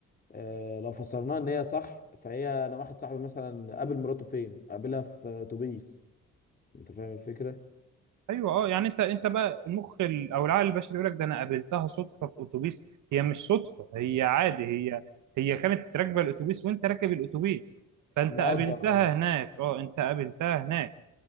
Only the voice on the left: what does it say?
آه، لو فسرناها ان هي صح فهي انا واحد صاحبي مثلا قابل مراته فين قابلها في اتوبيس انت فاهم الفكره
مقدر
اه